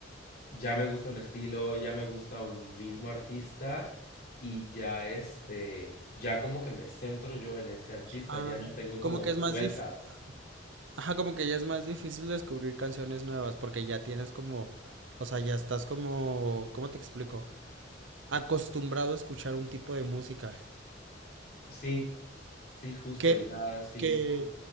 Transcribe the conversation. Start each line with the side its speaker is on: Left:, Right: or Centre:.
Left: ya me gusta un estilo, ya me gusta un mismo artista y ya este, ya como que me centro yo en ese artista,
Right: Ah,
Left: ya no tengo como
Right: como que es más
Left: vueltas.
Right: difícil, ajá, como que ya es más difícil descubrir canciones nuevas porque ya tienes como, o sea, ya estás como, ¿cómo te explico? acostumbrado a escuchar un tipo de música
Left: Sí, sí, justo,
Right: que,
Left: ya sí.
Right: que